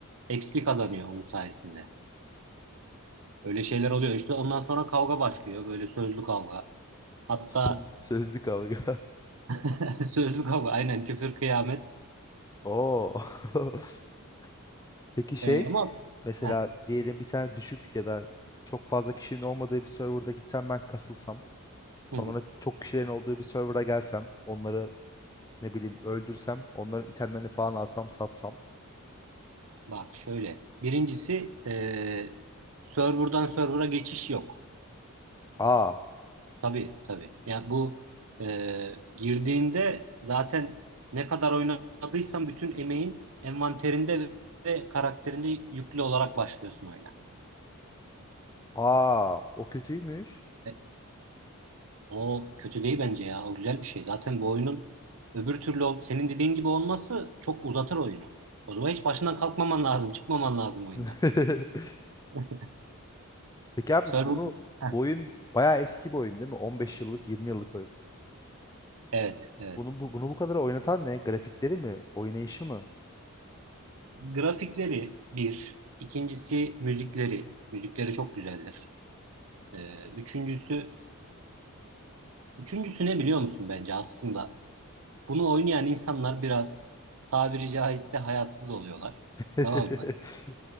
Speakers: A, on the right; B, on the left.
A: XP kazanıyor onun sayesinde. Öyle şeyler oluyor. İşte ondan sonra kavga başlıyor. Böyle sözlü kavga.
B: <laughs>
A: Hatta
B: İşte sözlü kavga.
A: <laughs> sözlü kavga. Aynen küfür kıyamet.
B: <laughs> Oo. <laughs> Peki şey
A: Ee, ama
B: mesela
A: heh,
B: diyelim bir tane düşük ya da çok fazla kişinin olmadığı bir serverda gitsem ben kasılsam sonra
A: hı hı.
B: çok kişilerin olduğu bir serverda gelsem onları ne bileyim öldürsem onların itemlerini falan alsam satsam.
A: Bak şöyle. Birincisi e, serverdan server'a geçiş yok.
B: Aa,
A: Tabii tabii. Yani bu e, girdiğinde zaten ne kadar oynadıysan bütün emeğin envanterinde ve karakterinde yüklü olarak başlıyorsun oyuna.
B: aa o kötüymüş.
A: E, o kötü değil bence ya. O güzel bir şey. Zaten bu oyunun öbür türlü ol- senin dediğin gibi olması çok uzatır oyunu. O zaman hiç başından kalkmaman lazım. Çıkmaman lazım oyundan.
B: <laughs>
A: <laughs>
B: Peki abi
A: Server...
B: bunu
A: Heh,
B: bu oyun bayağı eski bir oyun değil mi? 15 yıllık 20 yıllık oyun.
A: evet, evet.
B: Bunu bu, bunu bu kadar oynatan ne? Grafikleri mi? Oynayışı mı?
A: Grafikleri bir. İkincisi müzikleri. Müzikleri çok güzeldir. Ee, üçüncüsü, üçüncüsü ne biliyor musun bence aslında? Bunu oynayan insanlar biraz tabiri caizse hayatsız oluyorlar.
B: <laughs>
A: Tamam mı?